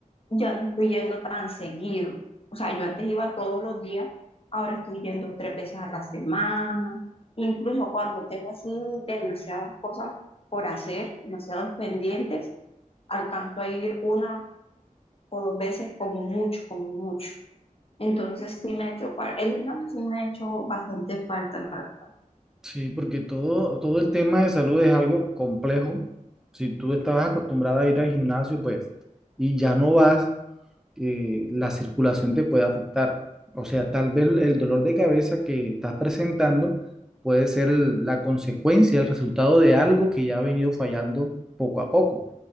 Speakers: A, on the left (about 45°); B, in the centre.
A: ya no estoy yendo tan seguido. O sea, yo antes iba todos los días, ahora estoy yendo tres veces a la semana, incluso cuando tengo así demasiadas por hacer, demasiados pendientes, alcanzo a ir una o dos veces como mucho, como mucho. Entonces sí me ha hecho falta, el gimnasio sí me ha hecho bastante falta, la verdad.
B: Sí, porque todo, todo el tema de salud es algo complejo. Si tú estabas acostumbrada a ir al gimnasio, pues, y ya no vas, eh, la circulación te puede afectar. O sea, tal vez el dolor de cabeza que estás presentando puede ser el- la consecuencia, el resultado de algo que ya ha venido fallando poco a poco.